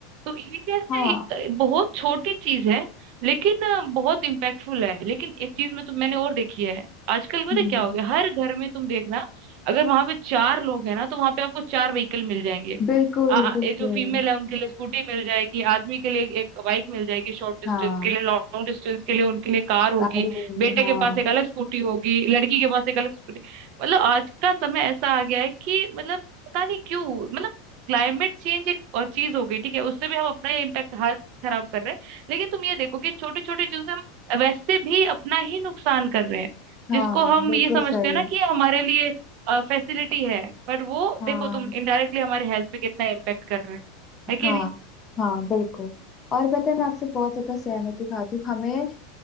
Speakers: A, on the right; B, on the left.
A: तो ये क्या
B: हाँ
A: है एक बहुत छोटी चीज है लेकिन अ, बहुत इम्पैक्टफुल है लेकिन एक चीज में तो मैंने और देखी है आजकल पता
B: हम्म
A: है क्या हो गया हर घर में तुम देखना अगर वहां पे चार लोग हैं ना तो वहां पे आपको चार व्हीकल मिल जाएंगे
B: बिल्कुल
A: आ,
B: बिल्कुल
A: ये जो फीमेल है उनके लिए स्कूटी मिल जाएगी आदमी के लिए एक बाइक मिल जाएगी शॉर्ट डिस्टेंस
B: हाँ
A: के लिए लॉन्ग डिस्टेंस के लिए उनके लिए कार होगी
B: गाड़ी हुई
A: बेटे
B: हाँ
A: के पास एक अलग स्कूटी होगी लड़की के पास एक अलग स्कूटी मतलब आज का समय ऐसा आ गया है कि मतलब पता नहीं क्यों मतलब क्लाइमेट चेंज एक और चीज हो गई ठीक है उससे भी हम अपना ये इम्पैक्ट हाल खराब कर रहे हैं लेकिन तुम ये देखो कि छोटी छोटी चीजों से हम वैसे भी अपना ही नुकसान कर रहे हैं
B: हाँ
A: जिसको हम
B: बिल्कुल
A: ये समझते
B: सही
A: हैं ना कि ये हमारे लिए फैसिलिटी है पर वो
B: हाँ
A: देखो तुम इनडायरेक्टली हमारे हेल्थ पे कितना इम्पेक्ट कर रहा है है
B: हाँ
A: कि नहीं
B: हाँ बिल्कुल और पता है मैं आपसे बहुत ज्यादा सहमति खाती हूँ हमें